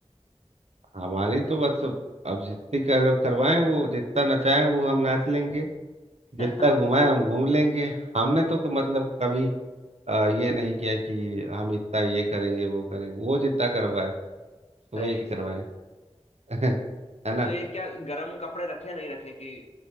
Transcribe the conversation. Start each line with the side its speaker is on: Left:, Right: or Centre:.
Right: हमारी तो बस अब जितनी कर, करवाएं वो जितना नचाएं वो हम नाच लेंगे जितना
Left: <laughs>
Right: घुमाएं हम घूम लेंगे हमने तो क- मतलब कभी अ, ये नहीं किया कि हम इतना ये करेंगे वो करेंगे वो जितना करवाएं
Left: सही
Right: वही
Left: है
Right: करवाएं
Left: सही है
Right: <laughs> है ना
Left: तो ये क्या गर्म कपड़े रखे नहीं रखे कि